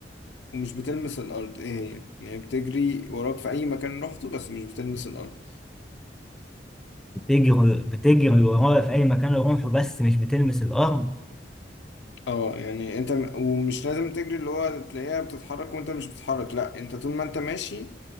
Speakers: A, on the left; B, in the centre.
A: ومش بتلمس الارض ايه هي يعني هي بتجري وراك في اي مكان رحته بس مش بتلمس الارض
B: بتجري بتجري ورايا في اي مكان اروحه بس مش بتلمس الارض
A: اه يعني انت م- ومش لازم تجري اللي هو تلاقيها بتتحرك وانت مش بتتحرك لا انت طول ما انت ماشي